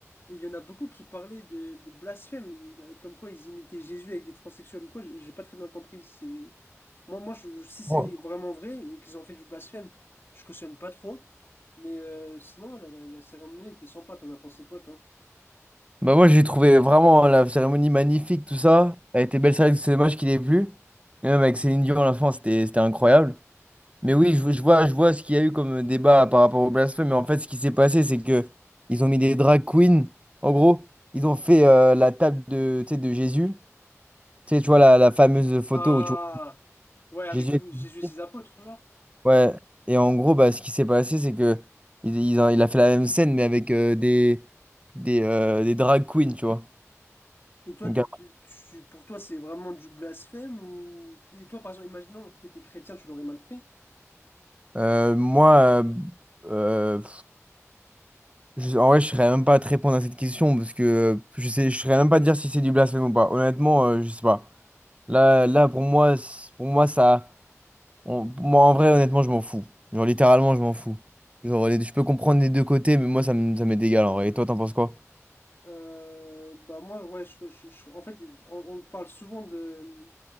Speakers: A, on the left; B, on the right.
A: Et il y en a beaucoup qui parlaient de, de blasphème, euh, comme quoi ils imitaient Jésus avec des transsexuels ou quoi, j'ai j'ai pas très bien compris. C'est... Moi, moi je- je- si c'est
B: Oh.
A: vraiment vrai et qu'ils ont fait du blasphème, je cautionne pas trop. Mais euh, sinon, la, la, la cérémonie était sympa, t'en as pensé quoi, toi?
B: Bah moi j'ai trouvé vraiment la cérémonie magnifique tout ça elle était belle c'est vrai que c'est dommage qu'il ait plu Et même avec Céline Dion à la fin c'était c'était incroyable Mais oui, je, je vois, je vois ce qu'il y a eu comme débat par rapport au blasphème, mais en fait, ce qui s'est passé, c'est que ils ont mis des drag queens. En gros, ils ont fait euh, la table de, tu sais, de Jésus. Tu sais, tu vois la, la fameuse photo
A: Ah!
B: où tu vois
A: Ouais, avec
B: Jésus.
A: tout
B: avec-
A: Jésus
B: les
A: et
B: pieds.
A: ses apôtres, genre.
B: Ouais. Et en gros, bah, ce qui s'est passé, c'est que il, il a, il a fait la même scène, mais avec euh, des, des, euh, des drag queens, tu vois.
A: Et toi,
B: Donc,
A: te- te- tu- pour toi, c'est vraiment du blasphème ou... Et toi, par exemple, imaginons que t'étais chrétien, tu l'aurais mal pris.
B: euh, moi, euh, euh, Je- en vrai, je serais même pas à te répondre à cette question parce que euh, je sais, je serais même pas à te dire si c'est du blasphème ou pas. Honnêtement, euh, je sais pas. Là, là, pour moi, c- pour moi, ça, on- pour moi, en vrai, honnêtement, je m'en fous. Genre, littéralement, je m'en fous. Genre, les- je peux comprendre les deux côtés, mais moi, ça me- ça m'est égal en vrai. Et toi, t'en penses quoi?
A: Euh, bah moi, ouais, je, je- je- en fait, on, on parle souvent de...